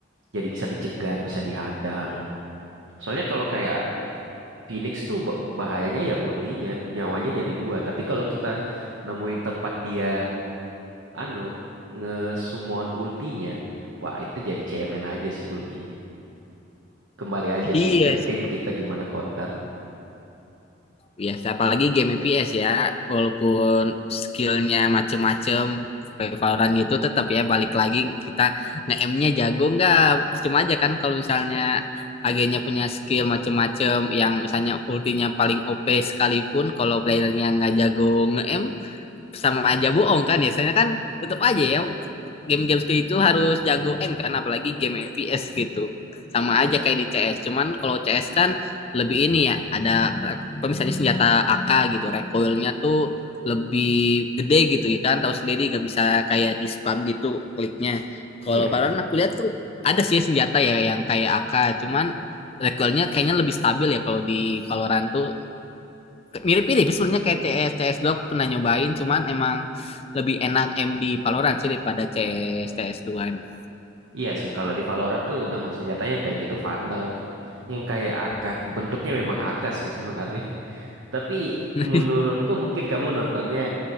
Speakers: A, on the right; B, on the left.
A: jadi bisa dicegat, bisa dihadang. Soalnya kalau kayak Phoenix tuh ba- bahayanya ya ultinya, nyawanya jadi dua. Tapi kalau kita nemuin tempat dia anu nge-summon ultinya. Wah, itu jadi cemen aja sih ultinya. Kembali aja
B: iya
A: sih ke tim kita gimana counter.
B: Biasa, apalagi game FPS ya, walaupun skillnya macem-macem, kayak Valorant gitu tetap ya balik lagi kita nge-aimnya jago nggak? Cuma aja kan kalau misalnya agennya punya skill macem-macem yang misalnya ultinya paling OP sekalipun, kalau playernya nggak jago nge-aim sama aja bohong kan ya. Soalnya kan tetap aja ya game-game seperti itu harus jago m kan apalagi game FPS gitu. Sama aja kayak di CS. Cuman kalau CS kan lebih ini ya ada misalnya senjata AK gitu recoilnya tuh lebih gede gitu ya kan tahu sendiri gak bisa kayak di spam gitu kliknya. Kalau
A: Iya,
B: Valorant aku lihat tuh ada sih senjata ya yang kayak AK cuman recoilnya kayaknya lebih stabil ya kalau di Valorant tuh mirip-mirip sebenarnya kayak CS cs dua aku pernah nyobain cuman emang lebih enak MD Valorant sih daripada CS CS2 emang.
A: iya sih. Kalau di Valorant tuh nama senjatanya yang kayak gitu Vandal tuh. Yang kayak AK. Bentuknya memang AK sih sebenarnya. <laughs> Tapi
B: <laughs>
A: menurutku mungkin kamu nontonnya